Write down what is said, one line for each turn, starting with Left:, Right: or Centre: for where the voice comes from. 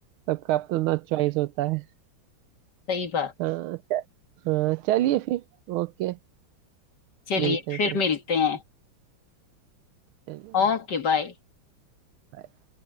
Right: सबका अपना अपना चॉइस होता है
Left: सही बात
Right: हाँ हाँ चलिए फिर ओके
Left: चलिए
Right: मिलते हैं
Left: फिर
Right: फिर
Left: मिलते हैं
Right: then
Left: Okay
Right: but
Left: bye
Right: but